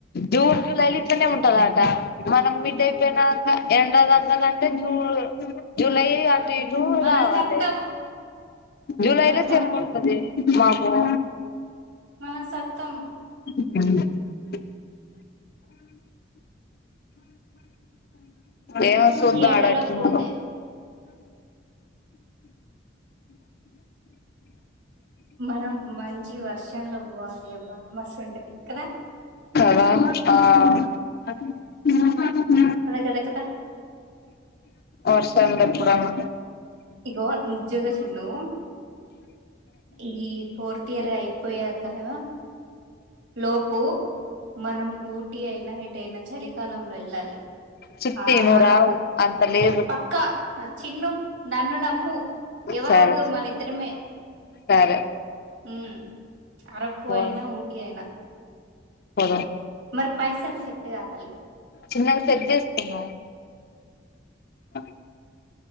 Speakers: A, on the left; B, on the right.
A: జూన్ జూలైలు ఇట్నే ఉంటదట మనం మిడ్ అయిపోయినాక ఎండ దగ్గాల అంటే జూన్ జూలై అట్ తేజు
B: మనం
A: గావాలే
B: సత్తం
A: జులైలో
B: మనం సత్తం
A: సేమ్ ఉంటంది మాకు కూడ
B: మనం సత్తం
A: ఊ ఏమో సూద్దం
B: ఈ ఎండలోకి
A: ఆడ ఎట్లున్నదో
B: పోతే మనం మంచి వర్షంలో పోవాలి అబ్బా మస్తు ఉంటది కదా
A: కదా ఆ ఊ
B: కద కద కదా
A: వర్షంలో కూడను
B: ఇగో నిజ్యంగ సున్ను ఈ ఫోర్త్ ఇయర్ అయిపోయాక్ కాయవా లోపు మనం ఊటీ అయినా ఇటైనా చలికాలంలో వెళ్ళాలి
A: చిట్టి
B: ఆ
A: నువ్వు
B: అరుక
A: రావు అంత లేదు
B: పక్కా చిన్ను నన్ను నమ్ము ఎవర
A: సరే
B: వద్దు మనిద్దరమే
A: సరే
B: ఉ అరకువయిన
A: పోదాం.
B: ఊట్ అయిన
A: పోదాం
B: మరి పైసలు సెట్ కావాలిగా
A: చిన్నగా సెట్ చేసుకున్నాం అదే